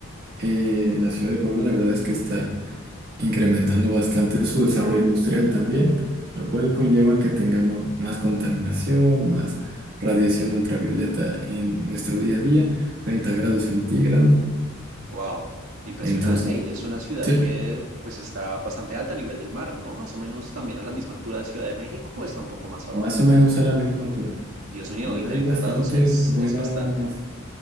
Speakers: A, on the right; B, on the right.
A: eh, la ciudad de Puebla, la verdad es que está incrementando bastante su desarrollo industrial también, lo cual conlleva que tengamos más contaminación, más radiación ultravioleta en nuestro día a día, 30 grados centígrados.
B: Wow, impresionante.
A: Entonces,
B: Y es una ciudad
A: sí,
B: que pues está bastante alta a nivel del mar, ¿no? Más o menos también a la misma altura de Ciudad de México, o está un poco más abajo.
A: más o menos a la misma altura.
B: Dios mío,
A: Ya
B: y 30
A: hay bastantes
B: grados es,
A: buenas
B: es bastante.